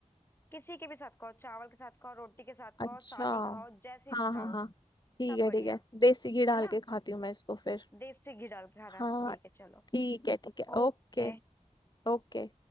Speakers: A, on the left; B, on the left.
A: किसी के भी साथ खाओ चावल के साथ खाओ रोटी के साथ
B: अच्छा
A: खाओ सादी खाओ जैसी इच्छा
B: हाँ हाँ
A: हो
B: हाँ ठीक
A: सब
B: है
A: बढ़िया
B: ठीक है देसी घी डाल
A: है ना
B: के खाती हूँ मैं इसको फिर
A: देसी घी डाल के खाना
B: हाँ
A: ठीक है चलो
B: ठीक है ठीक है
A: ओके
B: ओके ओके